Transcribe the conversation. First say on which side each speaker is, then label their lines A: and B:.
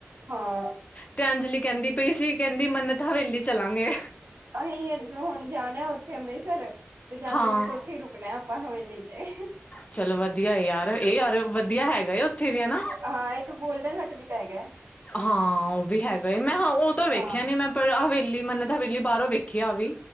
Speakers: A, on the right (about 70°); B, on the left (about 35°).
A: ਹਾਂ
B: ਤੇ ਅੰਜਲੀ ਕਹਿੰਦੀ ਪਈ ਸੀ ਕਹਿੰਦੀ ਮੰਨਤ ਹਵੇਲੀ ਚਲਾਂਗੇ
A: ਅਹੀਂ ਹੁਣ ਜਾਣਾ ਉੱਥੇ ਅੰਮ੍ਰਿਤਸਰ ਤੇ ਜਾਂਦੇ
B: ਹਾਂ
A: ਵਕਤ ਉੱਥੇ ਹੀ ਰੁਕ ਣਾਕਕਾ ਹਵੇਲੀ 'ਚ
B: ਚਲੋ ਵਧੀਆ ਯਾਰ ਇਹ ਯਾਰ ਵਧੀਆ ਹੈਗਾ ਉੱਥੇ ਵੀ ਹੈਨਾ
A: ਹਾਂ ਇੱਕ ਗੋਲਡਨ ਹਟ ਵੀ ਤਾਂ ਹੈਗਾ।
B: ਹਾਂ ਉਹ ਵੀ ਹੈਗਾ ਏ ਮੈਂ ਹਾਂ ਉਹ ਤਾਂ ਵੇਖਿਆ
A: ਹਾਂ
B: ਨੀ ਮੈਂ ਪਰ ਹਵੇਲੀ ਮਨੰਤ ਹਵੇਲੀ ਬਾਹਰੋਂ ਵੇਖਿਆ ਵੇ